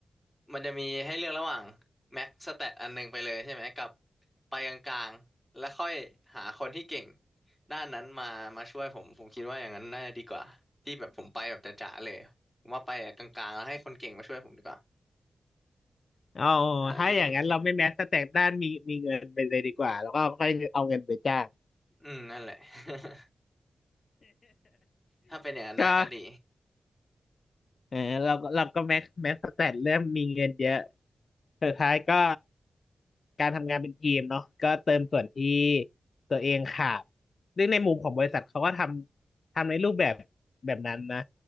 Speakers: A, in the centre; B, on the left.
A: มันจะมีให้เลือกระหว่างแม็กสแตทอันหนึงไปเลยใช่ไหมกับไปกลางๆแล้วค่อยหาคนที่เก่งด้านนั้นมามาช่วยผมผมคิดว่าอย่างนั้นน่าจะดีกว่าที่แบบผมไปแบบจ๋าๆเลยผมว่าไปกลางๆแล้วให้คนเก่งมาช่วยผมดีกว่า
B: เอา
A: อันนั้นคือที่ผมคิด
B: ถ้าอย่างนั้นเราไม่แม้สแต็กด้านมีมีเงินไปเลยดีกว่าแล้วก็ค่อยเอาเงินไปจ้าง
A: อืมนั่นแหละ <laughs> ถ้าเป็นอย่างนั้นได้ก็ดี
B: <laughs> ก็ เออเราก็เราก็แม็กแม็กสแตทเริ่มมีเงินเยอะสุดท้ายก็การทำงานเป็นทีมเนาะก็เติมส่วนที่ตัวเองขาดซึ่งในมุมของบริษัทเขาก็ทำทำในรูปแบบแบบนั้นนะ